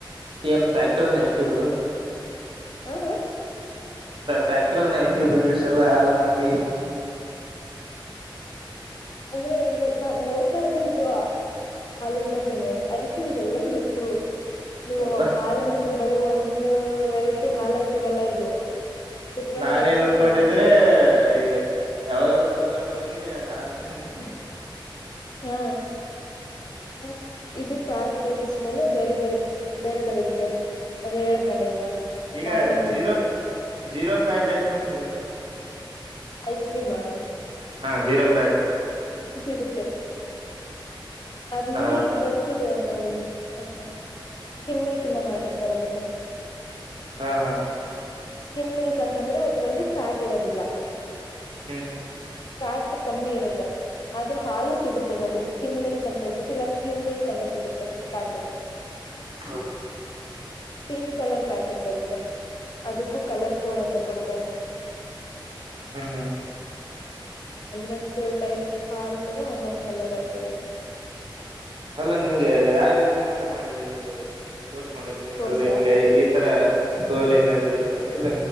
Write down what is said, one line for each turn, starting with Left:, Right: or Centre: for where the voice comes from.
Right: ಏನ್ ಫ್ಯಾಕ್ಟ್ರಿನ ಇಟ್ಟಿದ್ದು
Left: ಹಾ ಹಾ
Right: ಫ್ಯಾಕ್ಟರಿನ ಇಟ್ಟಿದ್ದು ಇಸ್ಟ ಎಲ್ಲ ಹಾಲ್ ಮಾಡಿ
Left: ಅಂದ್ರೆ ಇದು ನಾ ಓದ್ತಾಇರೋದೆ ಇದು ಹಾಲಿನ ಬಗ್ಗೆನೆ ಅದಕ್ಕೆ <unintelligible> ಇದೆಲ್ಲ ಗೊತ್ತು ನೀವು
Right: ಅಪ್ಪ
Left: ಹಾಲ್ ಅಂತಂದ್ರೆ ಬರಿ ಒ ಒ ವೆರೈಟಿ ಹಾಲಲ್ಲಿ ಸಿಗಲ್ಲ ಇದು ಡಿಫ್ರೆಂಟ್
Right: ನಾನ್
Left: ಟೈಪ್ಸ್
Right: ಏನ್ ಅನ್ಕೊಂಡಿದಿರೆ
Left: ಆಫ್ ಮಿಲ್ಕ್ಸ್ ಬರುತ್ತೆ
Right: ಈ ಯಾವ್ದಾದ ದುಖಾನ್ಕ್ ಹೋಗಿ ಗೆ <unintelligible> ಹಾಲ್ತಂತೆ
Left: ಹಾ ಹ್ಮ ಇದು ಫ್ಯಾಟ್ ಬೇಸಿಸ್ ಮೇಲೆ ಬೇರೆ ಬೇರೆ ಬೇರೆ ಬೇರೆ ಇರುತ್ತೆ ಅದೇ ಹೇಳದ್ನಲ್ಲ ಈಗ
Right: ಈಗ
Left: ನಾರ್ಮಲ್ ಮಿಲ್ಕ್
Right: ಜೀರೋ
Left: ಒಂದು
Right: ಜೀರೋ ಫ್ಯಾಟ್ ಐಸ್ ಕ್ರೀಮ್ ಸಿಗುತ್ತ
Left: ಐಸ್ ಕ್ರೀಮಾ
Right: ಹಾ ಜೀರೋಫ್ಯಾಟ್
Left: ಸಿಗುತ್ತೆ ಅದು
Right: ಹಾ
Left: ಈಗ ಬರ್ತಿದೆ ನೋಡಿ ಹ ಸ್ಕೀಮ್ಮಿಲ್ಕಿಂದ ಮಾಡಿರ್ತಾರ ಅದನ್ನ
Right: ಹಾ ಹಾ
Left: ಸ್ಕಿಮ್ ಮಿಲ್ಕ್ ಅಂತಂದ್ರೆ ಅದ್ರಲ್ಲಿ ಫ್ಯಾಟ್ ಇರೋದಿಲ್ಲ
Right: ಹ್ಮ್
Left: ಫ್ಯಾಟ್ ಕಮ್ಮಿ ಇರುತ್ತೆ ಅದು ಹಾಲು ಸಿಗುತ್ತೆ ನೋಡಿ ಸ್ಕಿಮ್ ಮಿಲ್ಕ್ ಅಂತ ಹೇಳ್ಬಿಟ್ಟು ಇಲ್ಲ ಸ್ಲಿಮ್ ಮಿಲ್ಕ್ ಅಂತ ಸಿಗುತ್ತೆ ಪ್ಯಾಕೆಟ್
Right: ಹ್ಮ್
Left: ಪಿಂಕ್ ಕಲರ್ ಪ್ಯಾಕೆಟ್ ಬರುತ್ತೆ ಅದಕ್ಕೂ ಕಲರ್ ಕೋಡ್ ಅಂತ ಕೊಡ್ತಾರೆ
Right: ಹ್ಮ್
Left: ಒಂದೊಂದು ಟೈಪ್ ಹಾಲ್ ಕೂಡ ಒಂದೊಂದ್ ಕಲರ್ ಅಲ್ಲಿ ಬರುತ್ತೆ
Right: ಅಲ್ಲ ನಿಮ್ಗೆ ಯಾರ ರೆಕಮೆಂಡ್ ಮಾಡಿದ್ದು ಇದು ಕೋರ್ಸ್ ಮಾಡೋಕ ಏನಾದ್ರು
Left: ಕೋರ್ಸ
Right: ನಿಮ್ಗೆ ಈ ತರ ಗೋಲ್ ಏನಾದ್ರು ಇತ್ತ ಇಲ್ಲ